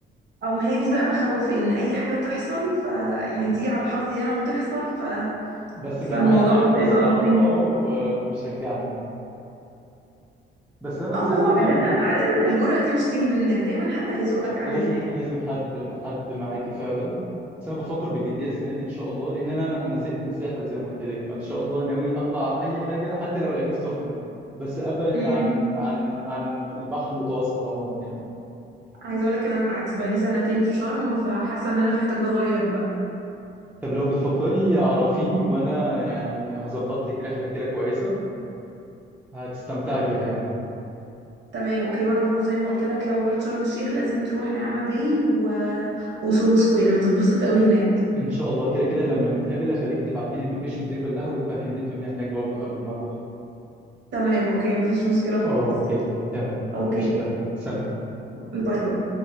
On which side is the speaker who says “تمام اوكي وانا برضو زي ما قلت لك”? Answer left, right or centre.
Right